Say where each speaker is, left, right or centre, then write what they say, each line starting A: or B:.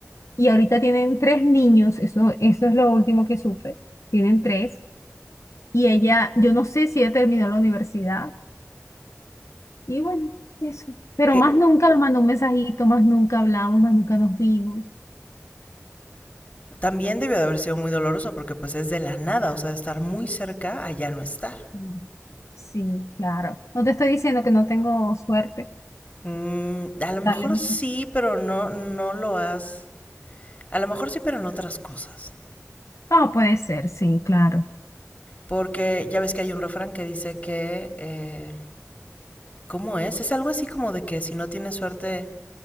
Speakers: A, on the left (about 65°); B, on the left (about 25°).
A: y ahorita tienen tres niños, eso, eso es lo último que supe, tienen tres. Y ella, yo no sé si ella terminó la universidad y bueno, eso. Pero
B: Eh,
A: más nunca me mandó un mensajito, más nunca hablamos, más nunca nos vimos.
B: también debió de haber sido muy doloroso porque pues es de la nada, o sea, de estar muy cerca a ya no estar.
A: Mm. Sí, claro. No te estoy diciendo que no tengo suerte.
B: Mm, a lo mejor
A: Dale. mi-
B: sí, pero no, no lo has. A lo mejor sí, pero en otras cosas.
A: Ah, puede ser, sí, claro.
B: Porque ya ves que hay un refrán que dice que. eh, ¿Cómo es? Es algo así como de que si no tienes suerte